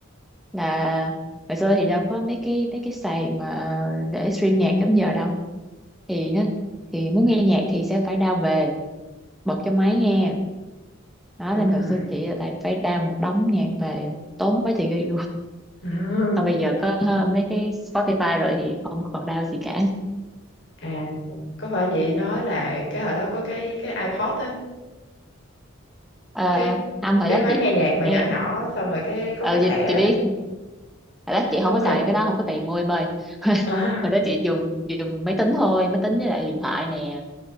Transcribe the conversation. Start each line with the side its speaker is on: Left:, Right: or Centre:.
Centre: Là hồi xưa thì đâu có mấy cái mấy cái sàn mà để stream nhạc lắm giờ đâu. Thì nó thì muốn nghe nhạc thì sẽ phải đao về, bật cho máy nghe. Đó
Left: đúng
Centre: nên hồi
Left: rồi
Centre: xưa chị là toàn phải đao một đống nhạc về, tốn mấy chị ghi
Left: Ừ. <laughs>
Centre: Còn bây giờ có ờ, mấy cái Spotify rồi thì không còn đau gì cả.
Left: à có phải chị nói là cái hồi đó có cái cái iPod á
Centre: À,
Left: cái
Centre: Âm hồi
Left: cái
Centre: đó
Left: máy
Centre: chị
Left: nghe nhạc mà
Centre: em
Left: nhỏ nhỏ xong rồi cái có
Centre: ờ,
Left: cái
Centre: chị,
Left: thẻ
Centre: chị biết
Left: á.
Centre: hồi đó chị
Left: đúng
Centre: không có
Left: rồi
Centre: xài cái đó không có tiền mua em ơi. <laughs>
Left: <laughs> à,
Centre: Hồi đó chị dùng dùng máy tính thôi, máy tính với lại điện thoại nè.